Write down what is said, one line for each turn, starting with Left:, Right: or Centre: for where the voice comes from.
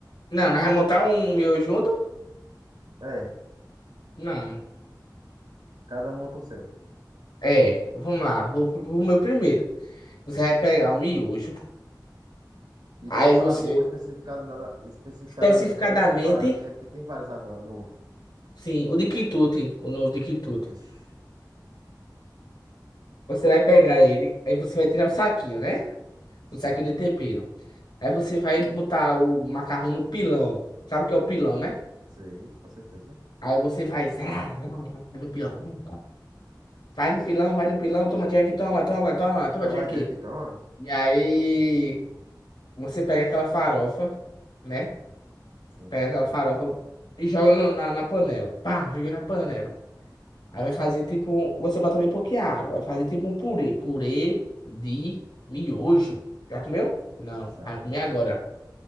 Left: Não, nós vamos montar um miojo junto?
Right: É,
Left: Não.
Right: cada um monta o seu.
Left: É, vamos lá. Vou pro pro meu primeiro. Você
Right: Pronto.
Left: vai pegar um miojo.
Right: De
Left: Aí
Right: qual sabor
Left: você,
Right: especificado especificadamente?
Left: especificadamente,
Right: Porque tem vários, né? Porque tem vários agora, novo.
Left: sim, o de quitute, o novo de quitute.
Right: Ixi,
Left: Você vai pegar ele, aí você vai tirar o saquinho, né?
Right: Sim,
Left: O saquinho de tempero. Aí você vai botar o macarrão no pilão. Sabe o que é o pilão, né?
Right: sei, com certeza.
Left: Aí você vai. zá, zá, zá, No pilão. Vai no pilão, vai no pilão, toma Jack, toma, toma, toma, toma
Right: Toma
Left: Jack.
Right: Jack, toma.
Left: E aí você pega aquela farofa, né?
Right: Sim,
Left: Pega
Right: com certeza.
Left: aquela farofa e joga no- na, na panela. Pá, joguei na panela. Aí vai fazer tipo. um- Você bota bem pouquinha água. Vai fazer tipo um purê. Purê de miojo. Já comeu? Não.
Right: Já,
Left: Vai
Right: com
Left: comer
Right: certeza.
Left: agora.